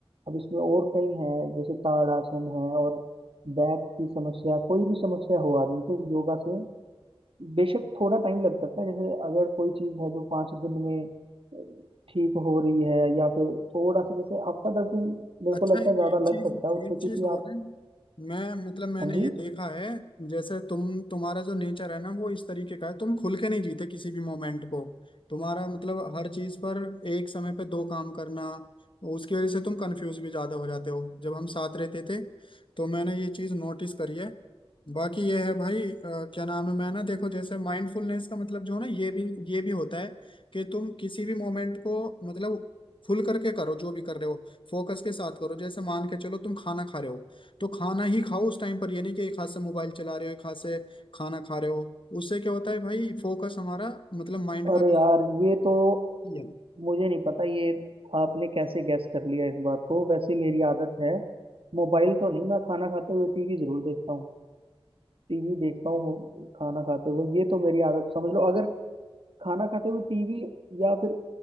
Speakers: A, on the right; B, on the left.
A: अब इसमें और कई हैं जैसे ताड़ासन है और बैक की समस्या कोई भी समस्या हो आदमी को योगा से बेशक थोड़ा टाइम लग सकता है जैसे अगर कोई चीज़ है जो पाँच दिन में अ, ठीक हो रही है या फिर थोड़ा सा जैसे हफ्ता दस दिन मेरे
B: अच्छा
A: को लगता
B: एक
A: है ज़्यादा
B: चीज
A: लग सकता है उससे
B: एक
A: क्योंकि
B: चीज और
A: आप
B: है मैं मतलब मैंने
A: हाँ जी
B: ये देखा है जैसे तुम तुम्हारा जो नेचर है ना वो इस तरीके का है तुम खुल के नहीं जीते किसी भी मोमेंट को तुम्हारा मतलब हर चीज पर एक समय पे दो काम करना उसकी वजह से तुम कंफ्यूज भी ज्यादा हो जाते हो जब हम साथ रहते थे तो मैंने ये चीज नोटिस करी है बाकी ये है भाई अ, क्या नाम है मैं ना देखो जैसे माइंडफुलनेस का मतलब जो है ना ये भी ये भी होता है कि तुम किसी भी मोमेंट को मतलब खुल करके करो जो भी कर रहे हो फोकस के साथ करो जैसे मान के चलो तुम खाना खा रहे हो तो खाना ही खाओ उस टाइम पर ये नहीं कि एक हाथ से मोबाइल चला रहे हो एक हाथ से खाना खा रहे हो उससे क्या होता है भाई फोकस हमारा मतलब माइंड
A: अरे
B: का
A: यार ये तो
B: जो
A: मुझे नहीं पता ये आपने कैसे गैस कर लिया इस बात को वैसे मेरी आदत है मोबाइल तो नहीं मैं खाना खाते हुए टीवी जरूर देखता हूँ टीवी देखता हूँ मो- खाना खाते हुए ये तो मेरी आदत समझ लो अगर खाना खाते हुए टीवी या फिर